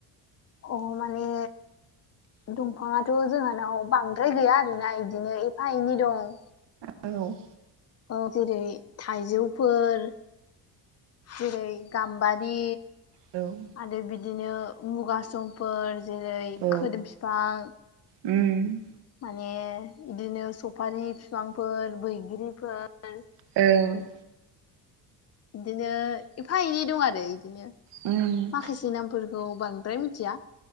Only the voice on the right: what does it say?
औ
औ
औ
उम
औ
उम